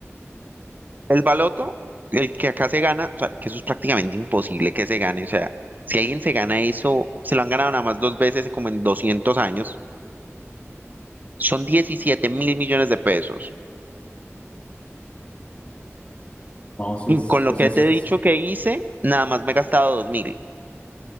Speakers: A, on the right; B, on the left.
A: El baloto, el que acá se gana, o sea, que eso es prácticamente imposible que se gane. O sea, si alguien se gana eso, se lo han ganado nada más dos veces como en 200 años. Son 17 mil millones de pesos.
B: no, si
A: Y
B: es,
A: con lo
B: pues
A: que
B: eso
A: te he
B: es,
A: dicho que hice, nada más me he gastado dos mil.